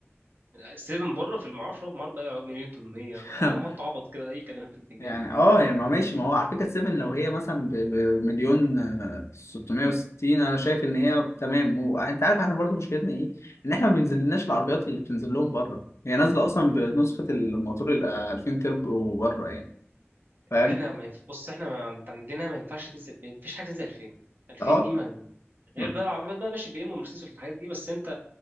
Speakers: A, on the right; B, on the left.
A: سيفن بره في المعرفش هو في مربى يقعد مليون 800 يقعدوا
B: <laughs>
A: يحطوا عبط كده اي كلام في الفنجان
B: يعني اه يعني ما ماشي ما هو على فكره السيفن لو هي مثلا ب- بمليون آه، 660 انا شايف ان هي تمام وانت عارف احنا برضو مشكلتنا ايه؟ ان احنا ما بينزلناش العربيات اللي بتنزل لهم بره هي نازله اصلا بنسخه الموتور ال 2000 تربو بره يعني فاهم؟
A: احنا ما ينف... بص احنا ما عند- عندنا ما ينفعش تنزل ما فيش حاجه تنزل 2000 2000
B: اه
A: دي ما
B: ما
A: غير بقى العربيات بقى ماشي بي ام ومرسيدس والحاجات دي بس انت